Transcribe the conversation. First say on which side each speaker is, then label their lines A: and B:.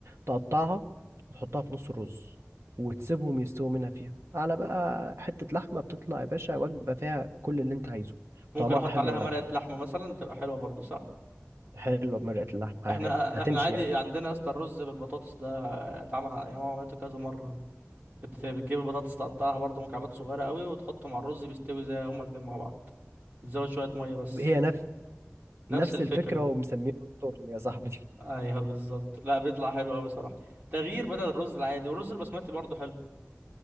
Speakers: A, on the right; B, on the right.
A: تقطعها وتحطها في نص الرز وتسيبهم يستووا منها فيها على بقى حته لحمه بتطلع يا باشا وجبه فيها كل اللي انت عايزه
B: ممكن
A: طعمها
B: احط
A: حلو
B: عليها
A: قوي
B: مرقه
A: على فكره
B: لحمه مثلا بتبقى حلوه برضو صح
A: حلوه بمرقه اللحمه
B: احنا
A: عادي هتمشي
B: احنا عادي
A: يعني
B: عندنا يا اسطى الرز بالبطاطس ده اتعمل على ايام عملته كذا مره بت... بتجيب البطاطس تقطعها برضو مكعبات صغيره قوي وتحطه مع الرز بيستوي زي هما الاتنين مع بعض تزود شويه ميه بس
A: هي نفس
B: نفس
A: نفس
B: الفكره
A: الفكره ومسمينها التورلي يا صاحبي
B: ايوه بالظبط لا بيطلع حلو قوي صراحه تغيير بدل الرز العادي والرز البسمتي برضو حلو